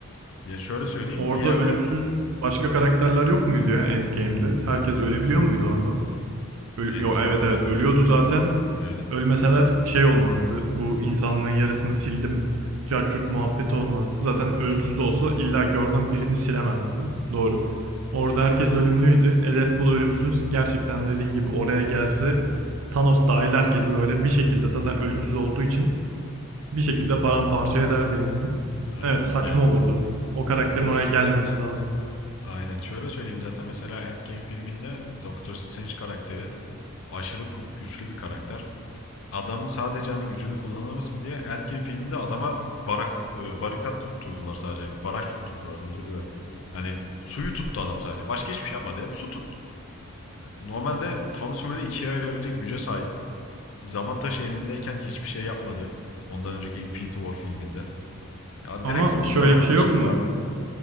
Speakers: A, on the left (about 60°); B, on the right (about 70°).
A: Ya şöyle söyleyeyim
B: Orada
A: bir yerde
B: ölümsüz başka karakterler yok muydu ya Endgame'de? Herkes ölebiliyor muydu orada? Ölü-
A: Endgame'de
B: Yok evet evet ölüyordu zaten.
A: aynen
B: Ölmeseler şey olmazdı. Bu insanlığın yarısını sildim. Cart curt muhabbeti olmazdı. Zaten ölümsüz olsa illaki oradan birini silemezdi. Doğru. Orada herkes ölümlüydü. E, Deadpool ölümsüz. Gerçekten dediğin gibi oraya gelse Thanos dahil herkesi böyle bir şekilde zaten ölümsüz olduğu için bir şekilde paramparça ederdi yani.
A: aynen
B: Evet saçma
A: ya
B: olurdu. O karakterin
A: söz
B: oraya gelmemesi lazım.
A: aynen şöyle söyleyeyim zaten mesela Endgame filminde Doctor Strange karakteri aşırı güçlü bir karakter. adam sadece hani gücünü kullanamasın diye Endgame filminde adama barak e, barikat tutturdular sadece. Baraj tutturdular özür dilerim. Hani suyu tuttu adam sadece. Başka hiçbir şey yapmadı ya. Su tuttu. Normalde Thanos'u böyle ikiye ayırabilecek güce sahip. Zaman taşı elindeyken hiçbir şey yapmadı. Ondan önceki Infinity War filminde. Ya
B: Ama
A: direkt dümdüz
B: şöyle
A: zaman
B: bir şey
A: taşını
B: yok mu?
A: verdi.